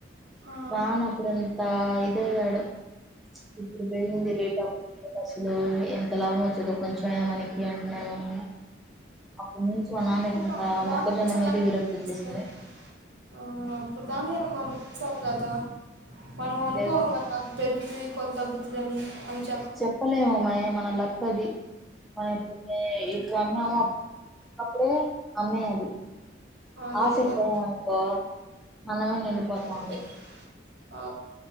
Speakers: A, on the right; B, in the centre.
A: ఆ
B: వాన్ అప్పుడంతా ఇద్ దెయ్యాడు ఇప్పుడు పెరింది రేట్ అపుడు లేదు అసలు ఎంత లాభం వచ్చేదో కొంచెం అయినా మనకి అంటున్నాడుగా మనీ అప్పుడు నుంచి మా నాన్ననికి
A: అనుకుంటా
B: ఇంకా
A: అప్పుడు దాకా
B: మొక్ ఒక్కజన
A: వచ్చాలని
B: మీది విరక్తి
A: అనిపించలే
B: ఒచేసింది
A: ఆ అప్పుడు దాకేన మనం ఉంచాలి కదా మనం
B: అంతేగా
A: అనుకోం కదా అది పె పెరుగుతది పొ తగ్గుతదని అంచ్
B: చెప్పలేమమ్మాయ్ మన లక్క అది మనం ఇప్పుడ్ కే ఇప్పుడు అన్నామో అప్పుడు అప్పుడే అమ్మేయ్ అది
A: అదే
B: ఆసిక్
A: కదా
B: పోయామనుకో మన్నమే నిండి పోతాం
A: ఓకే
B: అది
A: ఆ